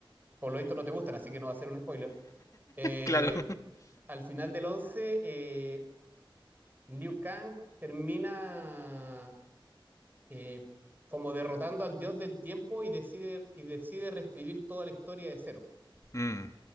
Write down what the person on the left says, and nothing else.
<laughs> claro.
Mm.